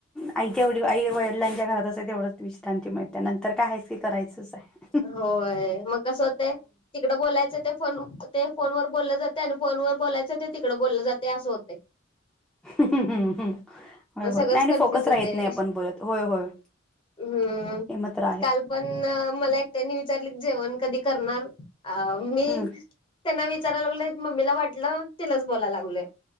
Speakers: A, in the centre; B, on the left.
A: आईच्या वढी आई वडिलांच्या घरात असतय तेवढंच विश्रांती मिळते नंतर काय हायचं की करायचंच हाय.
B: होय मग कस होतय ती कडं बोलायचं ते फोन ते फोनवर बोल जातय आण फोनवर बोलायचं ते तिकडं बोललं जातय आसं होतय.
A: <unintelligible> होय
B: मग
A: होय
B: सगळंच
A: नाही नाही
B: कन्फ्युज
A: फोकस
B: होतय
A: राहीत नाही आपण बोलत होय होय
B: हम्म
A: हे मात्र आहे.
B: काल पण मला एकट्यानी विचारलीत जेवण कधी करणार आव मी
A: हम्म.
B: त्यांना विचाराय लागलोय मम्मीला वाटलं तिलाच बोलाय लागलोय.